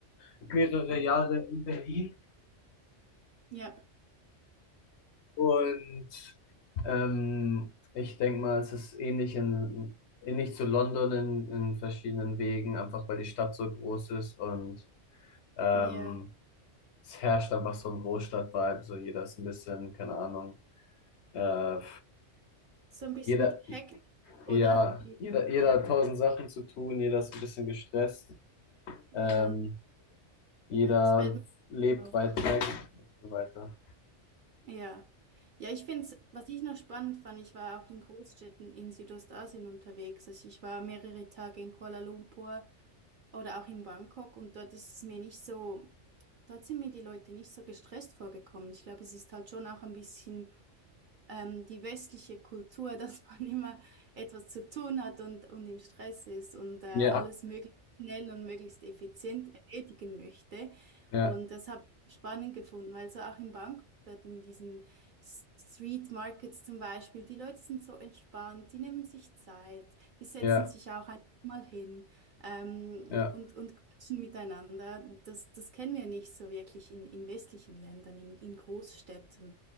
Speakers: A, on the left; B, on the right.
A: mehrere Jahre in Berlin.
B: Ja,
A: Und ähm, ich denke mal, es ist ähnlich in, ähnlich zu London in, in verschiedenen Wegen, einfach weil die Stadt so groß ist und ähm,
B: ja.
A: es herrscht einfach so ein Großstadt-Vibe. So jeder ist ein bisschen, keine Ahnung, äh,
B: So ein bisschen
A: jeder,
B: die Hektik, oder?
A: ja,
B: Die,
A: jeder, jeder
B: ja,
A: hat tausend Sachen zu tun, jeder ist ein bisschen gestresst, ähm,
B: genau.
A: jeder
B: Ja, das fällt mir
A: lebt
B: auf.
A: weit weg und so weiter.
B: Ja. Ja, ich finde es, was ich noch spannend fand, ich war auch in Großstädten in Südostasien unterwegs. Also ich war mehrere Tage in Kuala Lumpur oder auch in Bangkok und dort ist es mir nicht so, dort sind mir die Leute nicht so gestresst vorgekommen. Ich glaube, es ist halt schon auch ein bisschen. ähm, die westliche Kultur, <laughs> dass man immer etwas zu tun hat und, und im Stress ist und äh, alles
A: Ja,
B: möglichst schnell und möglichst effizient erledigen möchte.
A: ja,
B: Und das habe ich spannend gefunden, weil so auch in Bangkok, dort in diesen S- Street Markets zum Beispiel, die Leute sind so entspannt, die nehmen sich Zeit, die setzen
A: ja,
B: sich auch einfach mal hin ähm,
A: ja.
B: und, und quatschen miteinander. Das, das kennen wir nicht so wirklich in, in westlichen Ländern, in, in Großstädten.